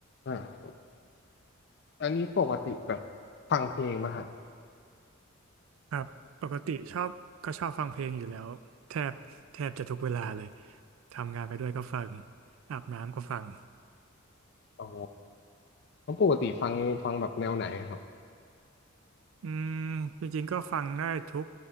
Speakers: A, on the left; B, on the right.
A: อ่าอันนี้ปกติแบบฟังเพลงมาฮะ
B: ครับปกติชอบก็ชอบฟังเพลงอยู่แล้วแทบแทบจะทุกเวลาเลยทำงานไปด้วยก็ฟังอาบน้ำก็ฟัง
A: อ๋อแล้วปกติฟังฟังแบบแนวไหนอะครับ
B: อืมจริงๆก็ฟังได้ทุก